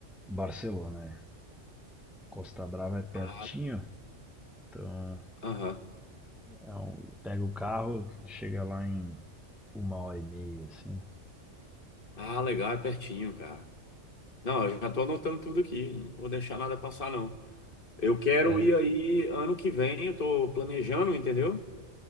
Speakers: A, in the centre; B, on the left.
A: Barcelona, né? Costa Brava é pertinho,
B: Ah,
A: então
B: aham.
A: é um pega o carro, chega lá em uma hora e meia, assim.
B: Ah, legal, é pertinho, cara. Não, eu já tô anotando tudo aqui. Não vou deixar nada passar, não. Eu quero
A: É,
B: ir aí ano que vem. Eu tô planejando, entendeu?